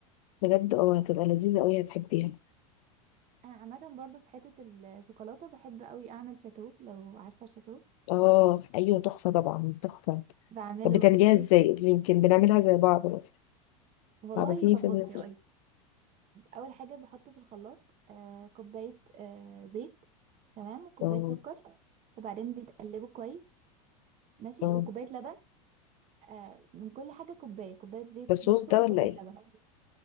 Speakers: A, on the left; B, on the right.
A: بجد اه هتبقى لذيذه قوي هتحبيها
B: انا عامه برضو في حته الشوكولاته بحب قوي اعمل شاتو لو عارفه شاتو
A: اه ايوه تحفه طبعا تحفه
B: بعمله
A: طب بتعمليها
B: كيك
A: ازاي قولي يمكن بنعملها زي بعض مثلا
B: والله
A: تعرفيني
B: طب
A: في
B: بصي
A: ازاي
B: اقول اول حاجه بحط في الخلاط آه، كوبايه آه، زيت تمام وكوبايه
A: اه
B: سكر وبعدين بتقلبه كويس ماشي
A: اه
B: وكوبايه لبن آه، من كل حاجه كوبايه كوبايه زيت
A: ده الصوص
B: كوبايه
A: ده
B: سكر
A: ولا
B: كوبايه
A: ايه
B: لبن